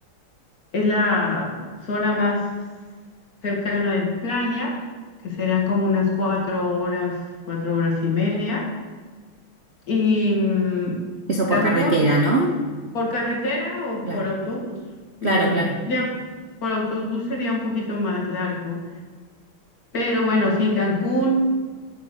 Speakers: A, on the left (about 45°); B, on the right (about 80°).
A: es la zona más cercana de playa, que serán como unas cuatro horas, cuatro horas y media. Y mm,
B: Eso
A: Cancún
B: por carretera, ¿no?
A: ¿Por carretera o
B: Claro,
A: por autobús? No,
B: claro, claro.
A: ya por autobús sería un poquito más largo. Pero bueno, sí, Cancún